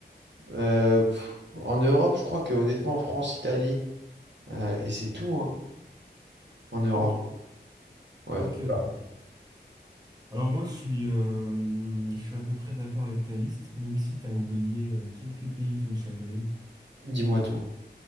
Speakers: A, on the right (about 80°); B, on the right (about 20°).
A: Euh, pff, en Europe, je crois que honnêtement, France, Italie. euh, et c'est tout, hein, en Europe.
B: Ok,
A: Ouais.
B: ok, ok.
A: Voilà.
B: Alors moi, je suis, euh, je suis à peu près d'accord avec ta liste, même si t'as oublié euh, quelques pays qui me chagrinent.
A: Dis-moi tout.